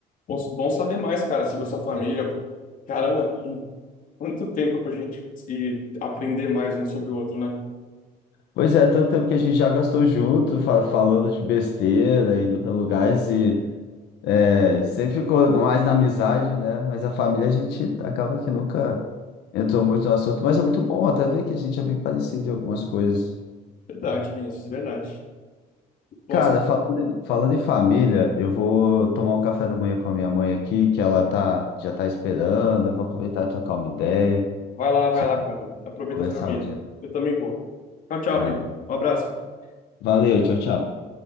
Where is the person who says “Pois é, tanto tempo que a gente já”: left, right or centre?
Left